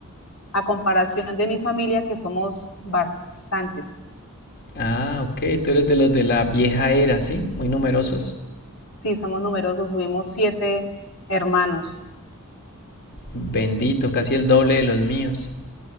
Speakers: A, on the left; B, on the left.
A: A comparación de mi familia, que somos bastantes.
B: Ah, ok, tú eres de los de la vieja era, ¿sí? Muy numerosos.
A: Sí, somos numerosos, subimos siete hermanos.
B: Bendito, casi el doble de los míos.